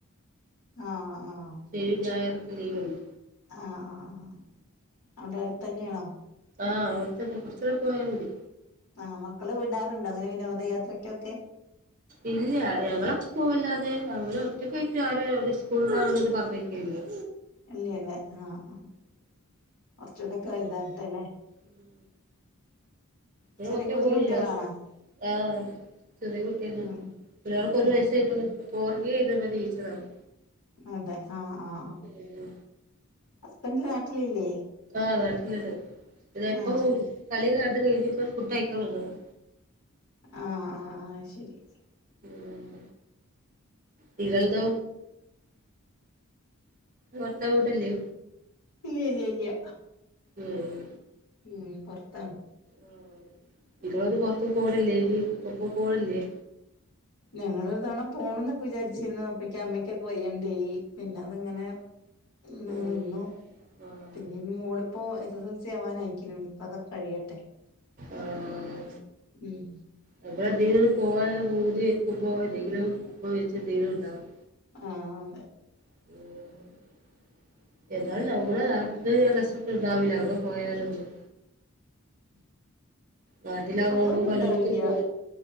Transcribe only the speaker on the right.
ശനി ഞായാറൊക്കെ ലിവ് അല്ലേ
ആഹ് അവിടുത്തെക്കെ കൊറച്ചൂടെ പോയാ മതി
ഇല്ല ഞങ്ങളക്ക്‌ പോവല്ലാതെ അവര് ഒറ്റക്കായിട്ട് ആരെ ഒര് സ്കൂളത് പറഞ്ഞേക്കാ ത്തില്ലാ
ഉം അവളു
പക്കെ
പോലിലാഷ്
ആഹ് ചെറിയ കുട്ടിയല്ലേ
ഒരാൾക്ക് ഒരു
വയസായിട്ടൊള്ളു
ഇപ്പൊ പോർഗെ ഇരുന്നു പതി ജയിച്ചതാണ്
ഏഹ്
ആഹ് നാട്ട്ല്ണ്ട് ഇതെപ്പം
ഓല് കളി കണ്ട് കഴിഞ്ഞ്പ്പം ഫുഡഴിക്കാൻ വന്നതാ
ഉം നിങ്ങള്തോ? ഭർത്താവ് ഇവടെല്ലേ?
ഉം
ആഹ് നിങ്ങളൊന്നും
പൊറത്ത് പോണില്ലേനി ഒപ്പം പോണില്ലേ?
ആഹ്
ആഹ്
ആഹ്
നമ്മളെന്തെങ്കിലും പോവാന് പൂതി വെക്കുമ്പോ എന്തെങ്കിലും അപ്പം വെച്ച് എന്തേലുണ്ടാവും.
<unintelligible> എന്നാലും നമ്മളെ നാട്ട്ത്തെ രസക്കെണ്ടാവൂല അവടെ പോയാലൊന്നും. നാട്ടിലാവുമ്പമ്മക്ക്
പലേട്ത്തും
പോവാ.